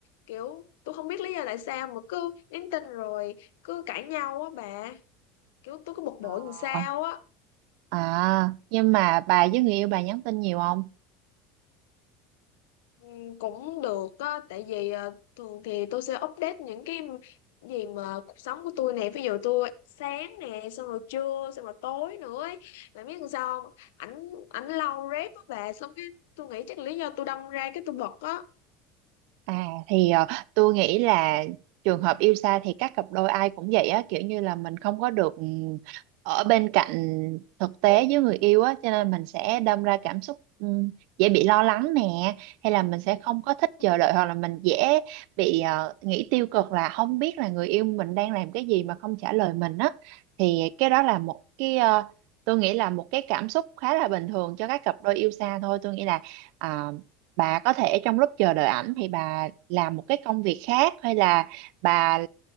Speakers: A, on the left; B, on the right.
A: kiểu tôi không biết lý do tại sao mà cứ nhắn tin rồi cứ cãi nhau á bà, kiểu tôi cứ bực bội
B: Ờ.
A: làm sao á.
B: À, nhưng mà bà với người yêu bà nhắn tin nhiều không?
A: Ừ, cũng được á tại vì à, thường thì tôi sẽ update những cái gì mà cuộc sống của tôi nè ví dụ tôi sáng nè xong rồi trưa xong rồi tối nữa ấy mà biết làm sao không ảnh ảnh lâu rep á bà xong cái tôi nghĩ chắc lý do tôi đâm ra cái tôi bật á
B: À thì ờ, tôi nghĩ là trường hợp yêu xa thì các cặp đôi ai cũng vậy á kiểu như là mình không có được ừm, ở bên cạnh thực tế với người yêu á cho nên mình sẽ đâm ra cảm xúc ừm, dễ bị lo lắng nè hay là mình sẽ không có thích
A: ừ.
B: chờ đợi hoặc là mình dễ bị ờ, nghĩ tiêu cực là không biết là người yêu mình đang làm cái gì mà không trả lời mình á thì cái đó là một cái ờ, tôi nghĩ là một cái cảm xúc khá là bình thường cho các cặp đôi yêu xa thôi tôi nghĩ là à, bà có thể trong lúc chờ đợi ảnh thì bà làm một cái công việc khác hay là bà